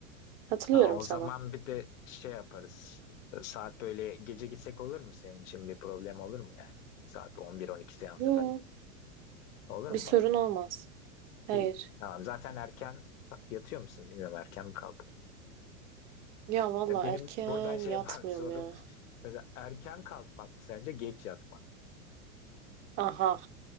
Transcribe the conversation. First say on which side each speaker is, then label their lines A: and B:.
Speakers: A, on the right; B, on the left.
A: Katılıyorum
B: Ha, o
A: sana.
B: zaman bir de şey yaparız. Saat böyle gece gitsek olur mu senin için bir problem olur mu yani? Saat 11-12 seansı
A: Yo,
B: falan. Olur
A: bir
B: mu?
A: sorun olmaz. Hayır.
B: İyi, tamam. Zaten erken yatıyor musun bilmiyorum. Erken mi kalkıyor?
A: Ya valla
B: Ve Benim
A: erken
B: buradan şey
A: yatmıyorum
B: yapar <laughs> sorum.
A: ya.
B: Mesela erken kalkmak mı sence geç yatmak?
A: Aha